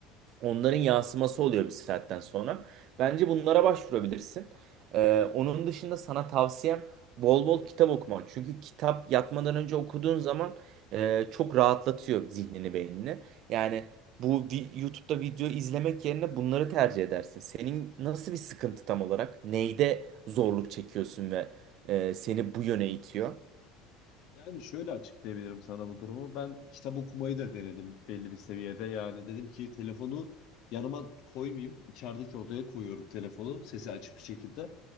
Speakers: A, on the right; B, on the left.
A: onların yansıması oluyor bir saatten sonra. Bence bunlara başvurabilirsin. Ee, onun dışında sana tavsiyem bol bol kitap okuman. Çünkü kitap yatmadan önce okuduğun zaman e, çok rahatlatıyor zihnini, beynini. Yani bu vi- YouTube'da video izlemek yerine bunları tercih edersin. Senin nasıl bir sıkıntı tam olarak? Neyde zorluk çekiyorsun ve e, seni bu yöne itiyor?
B: Yani şöyle açıklayabilirim sana bu durumu. Ben kitap okumayı da denedim belli bir seviyede. Yani dedim ki telefonu yanıma koymayayım. İçerideki odaya koyuyorum telefonu sesi açık bir şekilde.